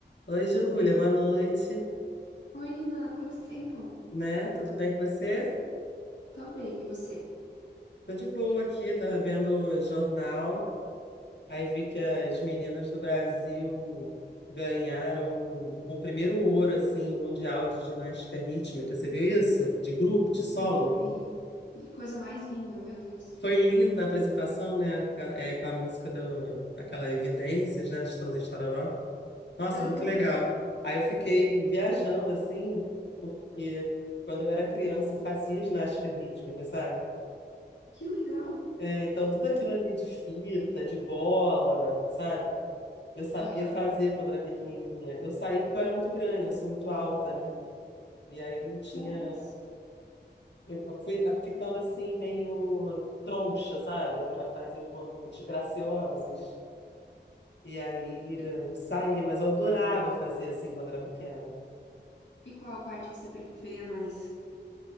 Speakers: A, on the left; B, on the left.
A: Oi, Júlia, boa noite,
B: Oi, Nina, quanto tempo?
A: né? Tudo bem com você?
B: Tô bem, e você?
A: Tô de boa aqui, tava vendo o jornal, aí vi que as meninas do Brasil ganharam o primeiro ouro, assim, mundial de ginástica rítmica, você viu isso? De grupo, de solo?
B: Eu vi. Que Coisa mais linda, meu Deus.
A: Foi linda a apresentação, né? Ca- é, com a música do, aquela Evidências, né? Estão de Tororó. Nossa,
B: Aham,
A: muito legal. Aí eu fiquei viajando, assim, porque quando eu era criança eu fazia ginástica rítmica, sabe?
B: que legal.
A: É, então, tudo aquilo ali de fita, de bola, sabe? Eu sabia
B: Aham.
A: fazer quando era pequenininha. Eu saí porque eu era muito grande, eu sou muito alta, né? E aí eu não tinha.
B: Putz.
A: Eu fui ah, ficando assim, meio troncha, sabe? Para fazer os movimentos graciosos. E aí
B: E,
A: eh, saí, mas eu adorava fazer assim quando era pequena.
B: e qual a parte que você preferia mais?